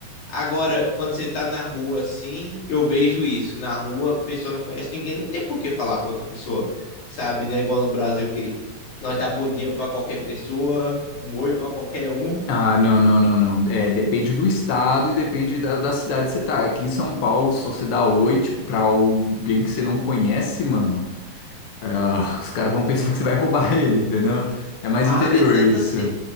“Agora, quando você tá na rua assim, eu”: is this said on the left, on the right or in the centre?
Left